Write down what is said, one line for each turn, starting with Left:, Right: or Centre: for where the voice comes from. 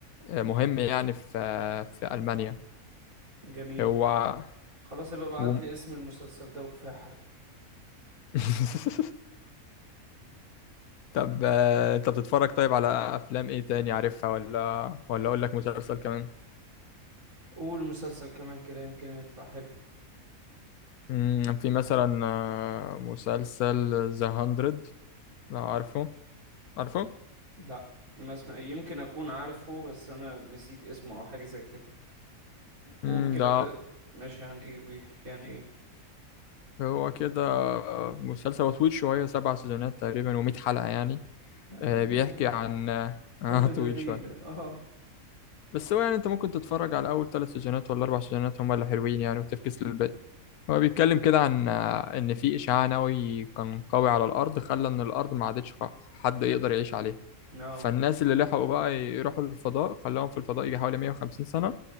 Left: مهم يعني في في المانيا
Right: جميل
Left: هو
Right: خلاص يبقى ابعت
Left: و...
Right: لي اسم المسلسل ده وكفايه حرق
Left: <laughs> طب آه، انت بتتفرج طيب على افلام ايه تاني عارفها ولا ولا اقول لك مسلسل كمان
Right: قول مسلسل كمان كده يمكن يطلع حلو
Left: مم، في مثلا آه، مسلسل ذا هاندرد لو عارفه عارفه
Right: لا ما اسمع يمكن اكون عارفه بس انا نسيت اسمه او حاجه زي كده قول
Left: مم،
Right: كده
Left: ده
Right: كده ماشي عن ايه بيحكي عن ايه
Left: هو كده مسلسل هو طويل شوية سبع سيزونات تقريبا ومية حلقة يعني
Right: آه
Left: آه،
Right: ليه
Left: بيحكي
Right: ليه
Left: عن <laughs> آه
Right: كل
Left: آه، طويل
Right: ده ليه
Left: شوية
Right: ده اه
Left: بس هو يعني انت ممكن تتفرج على أول ثلاث سيزونات ولا أربع سيزونات هما اللي حلوين يعني وتفكس للباقي هو بيتكلم كده عن آه، إن في إشعاع نووي كان قوي على الأرض خلى إن الأرض ما عادتش خ- حد يقدر يعيش عليها
Right: اه
Left: فالناس اللي لحقوا بقى يروحوا للفضاء خلاهم في الفضاء يجي حوالي 150 سنة